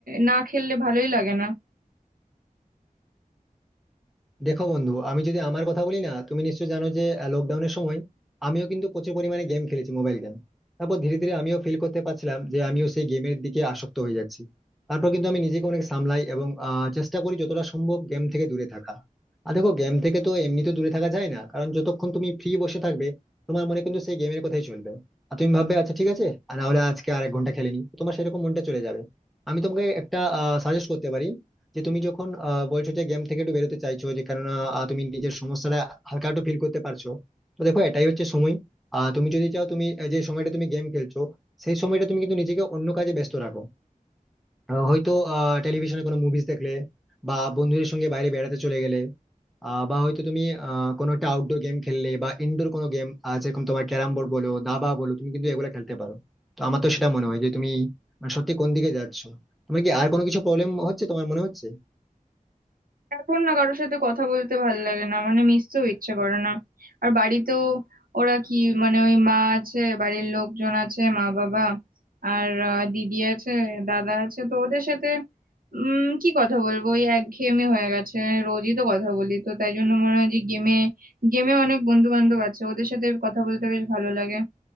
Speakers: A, on the right (about 90°); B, in the centre.
A: না খেললে ভালোই লাগে না
B: দেখো বন্ধু আমি যদি আমার কথা বলি না তুমি নিশ্চয় জানো যে লকডাউনের সময় আমিও কিন্তু প্রচুর পরিমাণে গেম খেলেছি মোবাইল গেম তারপর ধীরে ধীরে আমিও ফিল করতে পারছিলাম যে আমিও সেই গেমের দিকে আসক্ত হয়ে যাচ্ছি তারপর কিন্তু আমি নিজেকে অনেক সামলাই এবং আহ, চেষ্টা করি যতটা সম্ভব গেম থেকে দূরে থাকা আর দেখো গেম থেকে তো এমনিতে দূরে থাকা যায় না কারণ যতক্ষণ তুমি ফ্রি বসে থাকবে তোমার মনে কিন্তু সেই গেমের কথাই চলবে আর তুমি ভাববে আচ্ছা ঠিক আছে আর না হলে আজকে আর এক ঘন্টা খেলেনি তোমার সেরকম মনটা চলে যাবে আমি তোমাকে একটা সাজেস্ট করতে পারি যে তুমি যখন আহ, বলছো যে গেম থেকে একটু বেরোতে চাইছো যে কেননা আহ, তুমি নিজের সমস্যাটা হালকা একটু ফিল করতে পারছো তো দেখো এটাই হচ্ছে সময় আহ, তুমি যদি চাও তুমি আহ, যে সময়টা তুমি গেম খেলছো সেই সময়টা তুমি কিন্তু নিজেকে অন্য কাজে ব্যস্ত রাখো আহ, হয়তো টেলিভিশনে কোনো মুভিজ দেখলে বা বন্ধুদের সঙ্গে বাইরে বেড়াতে চলে গেলে আহ, বা হয়তো তুমি আহ, কোনো একটা আউটডোর গেম খেললে বা ইনডোর কোনো গেম যেরকম তোমার ক্যারাম বোর্ড বলো দাবা বলো তুমি কিন্তু এগুলো খেলতে পারো তো আমার তো সেটা মনে হয় যে তুমি মানে সত্যি কোন দিকে যাচ্ছো তোমার কি আর কোনো কিছু প্রবলেম হচ্ছে তোমার মনে হচ্ছে
A: এখন না কারোর সাথে কথা বলতে ভাল লাগে না মানে মিশতেও ইচ্ছে করে না আর বাড়িতেও ওরা কি মানে ওই মা আছে বাড়ির লোকজন আছে মা বাবা আর আহ, দিদি আছে দাদা আছে তো ওদের সাথে উম কি কথা বলবো ওই একঘেয়েমি হয়ে গেছে রোজই তো কথা বলি তো তাই জন্য মনে হয় যে গেমে গেমে অনেক বন্ধু বান্ধব আছে ওদের সাথে কথা বলতে বেশ ভালো লাগে